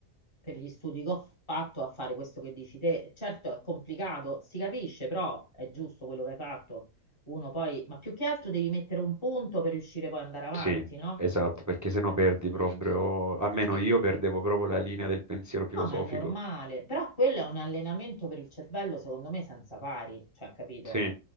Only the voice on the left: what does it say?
per gli studi che ho fatto a fare questo che dici te. Certo è complicato, si capisce, però è giusto quello che hai fatto uno poi, ma più che altro devi mettere un punto per riuscire poi ad andare avanti,
no?
Eh,
sì.
No, ma è normale. Però quello è un allenamento per il cervello, secondo me, senza pari, cioè, capito?